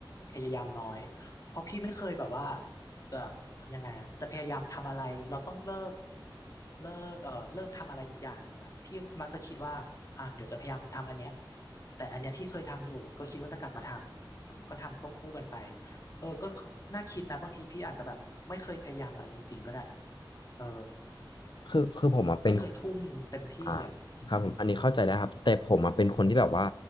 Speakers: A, on the left; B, on the left.
A: พยายามน้อยเพราะพี่ไม่เคยแบบว่าจะยังไงอะจะพยายามทำอะไรเราต้องเลิกเลิกเออเลิกทำอะไรอีกอย่างหนึ่งอ่ะพี่มักจะคิดว่าอ่ะเดี๋ยวจะพยายามทำอันเนี้ยแต่อันเนี้ยที่เคยทำอยู่ก็คิดว่าจะกลับมาทำก็ทำควบคู่กันไปเออก็น่าคิดนะบางทีพี่อาจจะแบบไม่เคยพยายามอะไรจริงๆก็ได้เออ
B: คือคือผมอ่ะเป็น
A: ไม่เคยทุ่มเต็มที่อ่ะอืม
B: อ่าครับผมอันนี้เข้าใจแล้วครับแต่ผมอ่ะเป็นคนที่แบบว่า